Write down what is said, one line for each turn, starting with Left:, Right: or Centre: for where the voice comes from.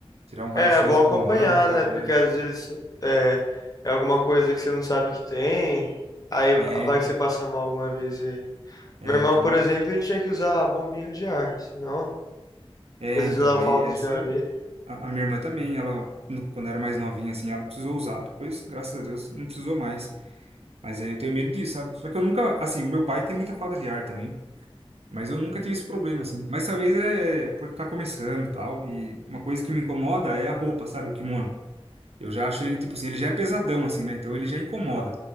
Right: tirar um raio-x
Left: É bom
Right: do
Left: acompanhar,
Right: pulmão pra
Left: né?
Right: ver.
Left: Porque às vezes é, é alguma coisa que você não sabe que tem, aí
Right: É,
Left: vai
Right: então.
Left: que você passa mal alguma vez aí.
Right: É,
Left: Meu irmão,
Right: então.
Left: por exemplo, ele tinha que usar a bombinha de ar, senão
Right: É,
Left: às vezes
Right: então.
Left: dava
Right: Aí
Left: falta
Right: essa.
Left: de ar nele.
Right: A, a minha irmã também, ela, no- quando era mais novinha, assim, ela precisou usar, depois, graças a Deus, não precisou mais. Mas aí eu tenho medo disso, sabe? Só que eu nunca, assim, o meu pai tem muita falta de ar também, mas eu nunca tive esse problema, assim. Mas talvez é por estar começando e tal, e uma coisa que me incomoda é a roupa, sabe? O kimono. Eu já acho ele, tipo assim, ele já é pesadão, assim, né? Então ele já incomoda.